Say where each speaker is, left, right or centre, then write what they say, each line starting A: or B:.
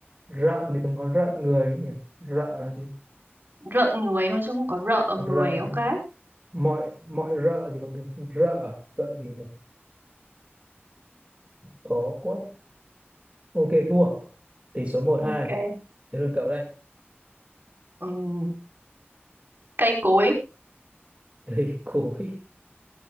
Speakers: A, on the right; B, on the right.
A: rợn thì còn có rợn người ấy nhỉ rợ là gì
B: rợn người thôi chứ không có rợ
A: rợ
B: người ok
A: mọi mọi rợ thì còn được rợ rợ gì nhỉ khó quá ok thua tỷ số một
B: ok
A: hai đến lượt cậu đấy
B: Ừm, cây cối
A: đây <laughs> cối